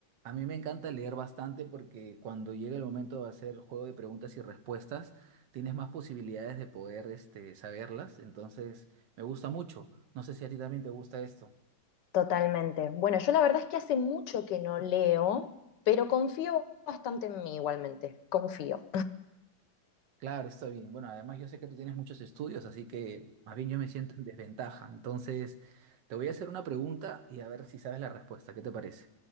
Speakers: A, on the right; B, on the left.
A: A mí me encanta leer bastante porque cuando llega el momento de hacer juego de preguntas y respuestas, tienes más posibilidades de poder, este, saberlas. Entonces, me gusta mucho. No sé si a ti también te gusta esto.
B: Totalmente. Bueno, yo la verdad es que hace mucho que no leo, pero confío bastante en mí igualmente. Confío.
A: Claro, está bien. Bueno, además yo sé que tú tienes muchos estudios, así que más bien yo me siento en desventaja. Entonces, te voy a hacer una pregunta y a ver si sabes la respuesta. ¿Qué te parece?